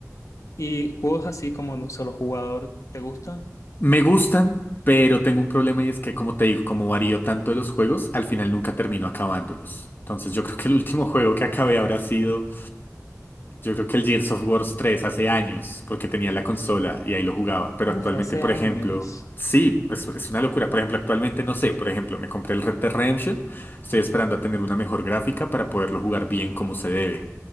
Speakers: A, on the left; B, on the left.
A: ¿Y juegos así como de un solo jugador, te gustan?
B: Me gustan, pero tengo un problema y es que, como te digo, como varío tanto de los juegos, al final nunca termino acabándolos. Entonces yo creo que el último <laughs> juego que acabé habrá sido, yo creo que el Gears of Wars tres hace años, porque tenía la consola y ahí lo jugaba. Pero
A: Uf,
B: actualmente,
A: hace
B: por
A: años.
B: ejemplo, sí, es, es una locura. Por ejemplo, actualmente no sé, por ejemplo, me compré el Red Dead Redemption, estoy esperando a tener una mejor gráfica para poderlo jugar bien como se debe.